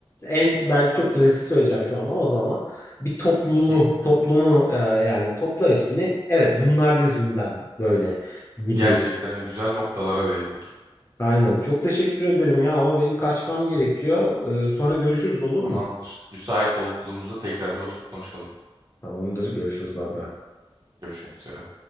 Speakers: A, on the left (about 25°); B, on the right (about 40°).
A: en belki çok klasik söyleyeceğim şu an ama sana bir topluluğu
B: Hı.
A: toplumu e, yani topla hepsini evet bunlar yüzünden böyle gibi
B: Gerçekten öyle güzel noktalara değindik.
A: Aynen. Çok teşekkür ederim ya ama benim kaçmam gerekiyor. Ee, sonra görüşürüz olur mu?
B: Tamamdır. Müsait olduğumuzda tekrar bir oturup konuşalım.
A: Tamamdır. Görüşürüz. Bay bay.
B: Görüşmek üzere.